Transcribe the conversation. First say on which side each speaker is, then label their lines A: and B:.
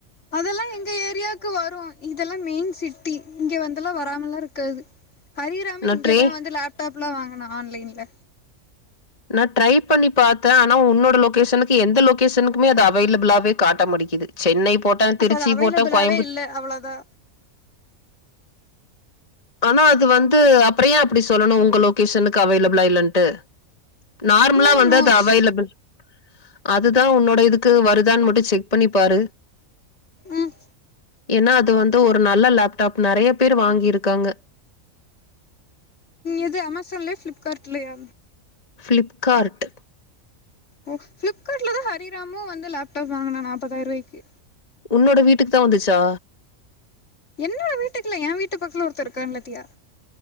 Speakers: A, on the left; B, on the left.
A: அதெல்லா எங்க ஏரியாவுக்கு வரும் இங்கலெல்லா மெயின் சிட்டி இங்க வந்துல்லா வராமலாஇரு கது ஹிரக்ஷராமி
B: நான்
A: இங்கதே
B: ட்ரே
A: வந்து லேப்டாப் இவ்ள வாங்கன ஆன்லைன்ல
B: நா ட்ரை பண்ணி பார்த்தே ஆனா உன்னோட லொகேஷனுக்கு எந்த லொகேஷனுக்குமே அது அவைலபிளாவே காட்ட முடிக்குது சென்னை போட்டேன்,
A: அப்ப
B: திருச்சி
A: அ அவைலபிளாவே
B: போட்டேன், கோயம்புத்
A: இல்ல அவ்ளோதா
B: ஆனா அது வந்து அப்பறன் அப்படி சொல்லணும் உங்க லொகேஷனுக்கு அவலபிளா இல்லட்டு நார்மலா
A: ஹூ
B: வந்து
A: நோஸ்
B: அது அவைலபிள் அதுதா உன்னோட இதுக்கு வருதான்னு மட்டு செ பண்ணி பாரு
A: ம்
B: ஏன்னா அது வந்து ஒரு நல்ல லேப்டாப் நிறைய பேர் வாங்கியிருக் இருக்காங்க
A: இது அமாஜன்ல ஃபளிப்கார்ட்லியா
B: ஃப்ளிப்கார்ட்ட
A: ஓ பிளிப்கார்ட்லதா ஹிரிராமு வந்து லேப்டாப் வாங்கினா நாற்பப்பதாயிர ரூபாய்க்கு
B: உன்னோட வீட்டுக்கு தா வந்துச்சா
A: என்னோட வீட்டுக்குல என் வீட்டு பக்கல ஒருத்தர் இருக்கா பத்தியா